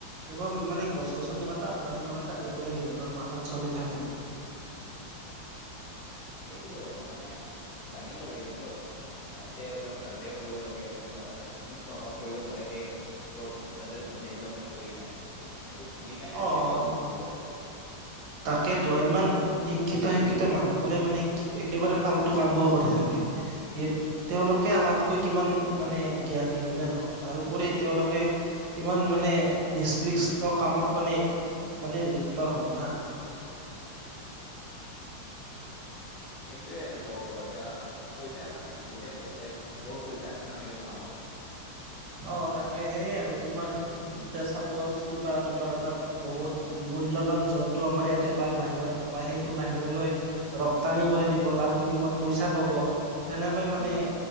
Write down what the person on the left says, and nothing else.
সেইটোতো কথা মানে জানিব লাগে এইটো অলপ এ তে ছাৰ্ভে কৰিব লাগে তোমাৰ কি প্ৰভাৱ পৰিব পাৰে সেই প্ৰ তাতে ডেভেলপমেণ্ট কৰি কেনে সেইটো ভাবি কেনে
যাতে কাম বোৰ কৰিব লাগে
সেইটোয়ে আৰু কব পাৰো এতিয়া পইচাৰ কাৰণে বহুতে এ তে বহত পইচা আছে ন সেইবোৰ কামত
উম